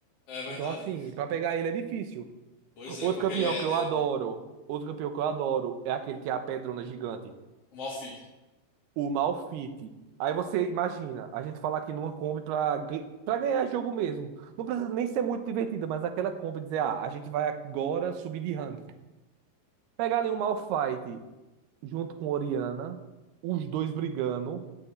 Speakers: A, on the left; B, on the right.
A: É verdade.
B: Então, assim, pra pegar ele é difícil.
A: Pois
B: Outro
A: é, com aquele
B: campeão
A: é
B: que
A: dele.
B: eu adoro,
A: né?
B: outro campeão que eu adoro é aquele que é a pedrona gigante,
A: O Malfitting.
B: o Malphite. Aí você imagina, a gente falar aqui numa Kombi pra, ga- pra ganhar jogo mesmo. Não precisa nem ser muito divertida, mas aquela Kombi dizer, ah, a gente vai agora subir de ranking. Pegar ali um Malphite, junto com Oriana, os dois brigando,